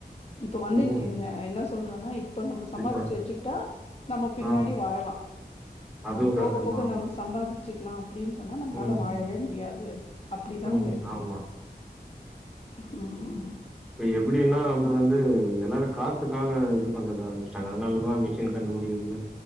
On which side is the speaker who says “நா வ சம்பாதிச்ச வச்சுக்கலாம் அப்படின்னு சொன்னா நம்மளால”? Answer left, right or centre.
Left